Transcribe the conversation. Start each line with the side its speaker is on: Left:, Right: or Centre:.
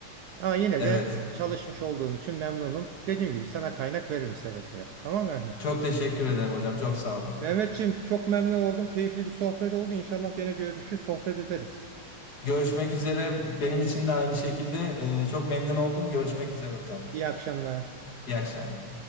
Right: Ama yine
Left: Evet.
Right: de çalışmış olduğum için memnunum. Dediğim gibi sana kaynak veririm seve seve. Tamam mı Mehmet?
Left: Çok teşekkür ederim hocam. Çok sağ olun.
Right: Mehmetciğim çok memnun oldum. Keyifli bir sohbet oldu. İnşallah gene görüşürüz, sohbet ederiz.
Left: Görüşmek üzere. Benim için
Right: İyi,
Left: de aynı şekilde e, çok memnun oldum. Görüşmek üzere hocam.
Right: iyi akşamlar.
Left: İyi akşamlar.